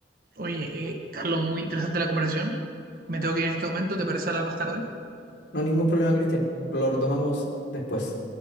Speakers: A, on the right; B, on the left.
A: Oye, eh, Carlos, muy interesante la conversación. Me tengo que ir en este momento, ¿te parece hablar más tarde?
B: No hay ningún problema, Cristian. Lo retomamos después.